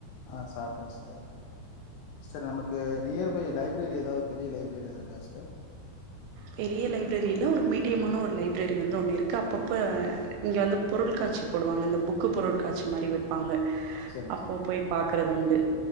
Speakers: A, on the left; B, on the right.
A: ஆ சாப்ட்டே சிஸ்டர் சிஸ்டர் நமக்கு நியர்பை லைப் ப்ரெரி எதாவ்து பெரிய லைப்ரரி எதா இருக்கா சிஸ்டர்
B: பெரிய லைப்ரரி இல்ல ஒரு மீட்டியமான ஒரு லைப்ரரி வந்து ஒன்னு இருக்கு அப்பப்ப இங்க வந்து பொருள்காட்சி போடுவாங்க இந்த புக்கு பொருள்காட்சிமாரி வெப்பாங்க
A: சரிங்க
B: அப்போ
A: சிஸ்டர்
B: போய் பாக்கறது உண்டு